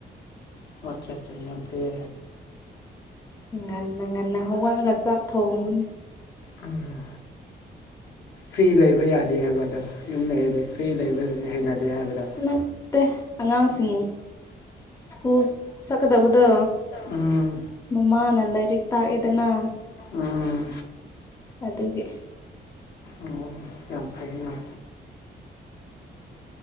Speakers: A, on the left (about 65°); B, on the left (about 20°).
A: ꯑꯆꯥ ꯑꯆꯥ ꯑ ꯐ
B: ꯉꯟꯅ ꯉꯟꯅ ꯍꯧꯒꯠꯂꯒ ꯆꯥꯛ ꯊꯣꯡꯕꯅꯤ
A: ꯎꯝ ꯐ꯭ꯔꯤ ꯂꯩꯕ ꯌꯥꯗꯦ ꯍꯥꯏꯕ ꯑꯗꯣ ꯌꯨꯝ ꯂꯩꯔꯗꯤ ꯐ꯭ꯔꯤ ꯂꯩꯕꯗꯨꯁꯨ ꯍꯩꯅꯗꯦ ꯍꯥꯏꯕꯗꯣ
B: ꯅꯠꯇꯦ ꯑꯉꯥꯡꯁꯤꯡ ꯁ꯭ꯀꯨꯜ ꯁꯛꯀꯗꯕꯗ
A: ꯎꯝ
B: ꯃꯃꯥꯅ ꯂꯥꯏꯔꯤꯛ ꯇꯥꯛꯑꯦꯗꯅ
A: ꯎꯝ
B: ꯑꯗꯨꯒꯤ
A: ꯑꯣ ꯌꯥꯝ ꯐꯩ ꯃꯥ